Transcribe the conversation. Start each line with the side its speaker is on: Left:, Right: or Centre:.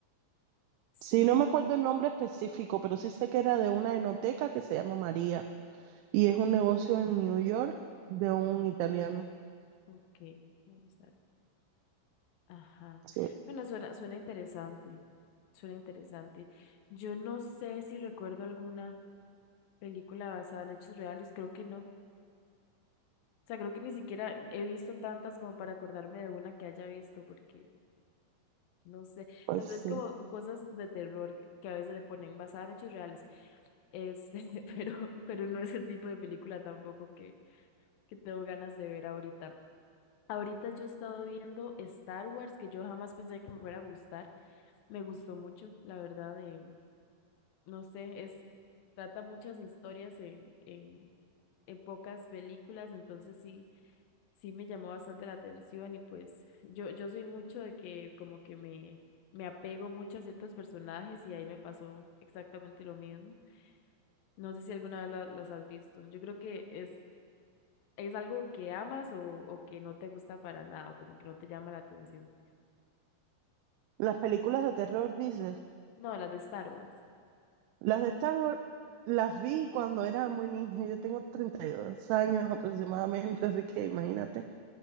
Left: Sí,
Right: Sí, no me acuerdo el nombre específico, pero sí sé que era de una enoteca que se llama María y es un negocio en New York de un italiano.
Left: ok, vamos a ver. Ajá.
Right: Sí,
Left: Bueno, suena, suena interesante, suena interesante. Yo no sé si recuerdo alguna película basada en hechos reales, creo que no. O sea, creo que ni siquiera he visto tantas como para acordarme de una que haya visto, porque no sé,
Right: pues
Left: tal vez
Right: sí.
Left: como cosas de terror que a veces le ponen basada en hechos reales. Este, <laughs> pero, pero no es el tipo de película tampoco que, que tengo ganas de ver ahorita. Ahorita yo he estado viendo Star Wars, que yo jamás pensé que me fuera a gustar. Me gustó mucho, la verdad, eh, no sé, es, trata muchas historias en, en, en pocas películas, entonces sí, sí me llamó bastante la atención y pues yo, yo soy mucho de que como que me, me apego mucho a ciertos personajes y ahí me pasó exactamente lo mismo. No sé si alguna vez la- las has visto. Yo creo que es, es algo que amas o, o que no te gusta para nada, o como que no te llama la atención.
Right: Las películas de terror, dices.
Left: No, las de Star Wars.
Right: Las de Star Wars las vi cuando era muy niña. Yo tengo 32 años aproximadamente, así que imagínate.